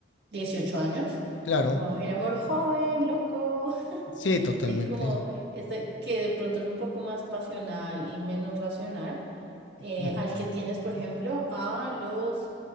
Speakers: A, on the right; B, on the left.
A: 18 años,
B: Claro.
A: como el amor joven, loco,
B: Sí, totalmente.
A: Sí, como este que de pronto es un poco más pasional y menos racional, eh,
B: Ujú.
A: al que tienes, por ejemplo, a los